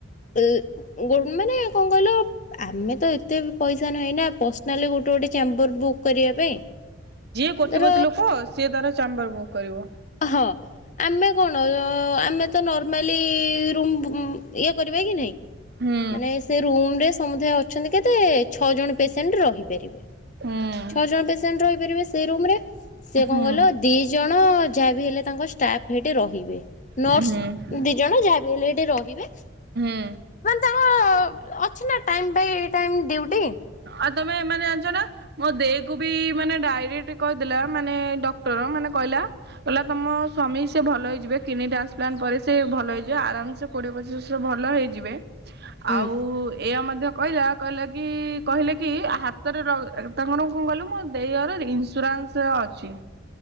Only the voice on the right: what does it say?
କୋଟିପତିୀ
ଲୋକ ସିଏ ତାର ଚାମ୍ବର ବୁକ୍ କରିବ।
ହୁଁ
ହୁଁ
ହୁଁ
ହୁଁ
ହଁ।
ଆଉ ତମେ ଏମାନେ ଜଣିଛ ନା? ମୋ ଦେଇ କୁ ବି ମାନେ ଡାଇରେକ୍ଟ କହିଦେଲା ମାନେ ଡକ୍ଟର ମାନେ କହିଲ କହିଲା ତମ ସ୍ୱାମୀ ସେ ଭଲ ହେଇଯିବେ କିଡିନି ଟ୍ରାନ୍ସ ପ୍ଲାନ୍ ପରେ ସେ ଭଲ ହେଇଯିବେ ଆରାମସ କୋଡ଼ିଏ ପଚିଶ ବର୍ଷ ଭଲ ହେଇଯିବେ।
ଆଉ ଏଇୟା ମଧ୍ୟ କହିଲା କହିଲା କି କହିଲେ କି ହାତରେ ର ତାଙ୍କର କଣ କହିଲୁ ମୋ ଦେଇ ହର ଇନ୍ସୁରାନ୍ସ ଅଛି।